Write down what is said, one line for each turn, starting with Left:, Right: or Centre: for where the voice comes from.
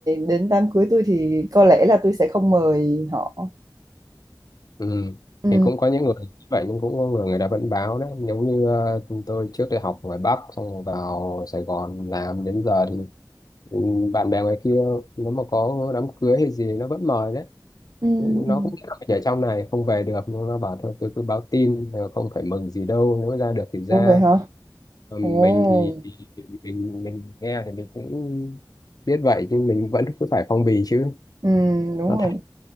Right: đến đám cưới tôi thì có lẽ là tôi sẽ không mời họ
Left: ừ.
Right: ừ
Left: thì cũng có những người như vậy nhưng cũng có người người ta vẫn báo đấy giống như ờ, tôi trước đây học ngoài Bắc xong rồi vào Sài Gòn làm đến giờ thì Ừ, bạn bè ngoài kia nếu mà có đám cưới hay gì nó vẫn mời đấy
Right: ừ
Left: Ừ, nó
Right: ừ
Left: cũng kiểu ở trong này không về được nhưng nó bảo thôi tôi cứ báo tin ờ, không phải mừng gì đâu nếu ra được thì ra
Right: ủa vậy hả
Left: Ờ, mình
Right: ồ
Left: thì thì- thì mình mình nghe thì mình cũng biết vậy nhưng mình vẫn cứ phải phong bì chứ
Right: ừ đúng
Left: nó thật
Right: rồi